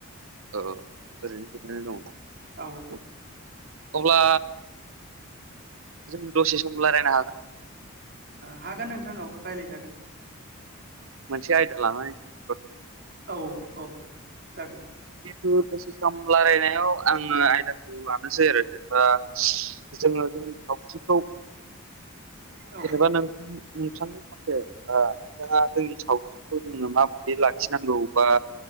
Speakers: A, on the right (about 65°); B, on the right (about 45°).
A: औ ओरैनो गोजनो दंना
B: औ ओ
A: अब्ला जों दसे सम रायज्लायनो हागोन।
B: हागोन नोंथां रायज्लायजागोन
A: मोनसे आयदा लानानै जों
B: औ औ जागोन
A: गोसख रायलायनायाव आङो आयदाखौ लानानै मोननोसै आरो जेनेबा जोङो जों सावथि्रिखौ
B: औ
A: जेनेबा नोंथां नोंथां से नोंथाङा जोंनि सावस्रिखौ जोङो माबायदि लाखिनांगौ बा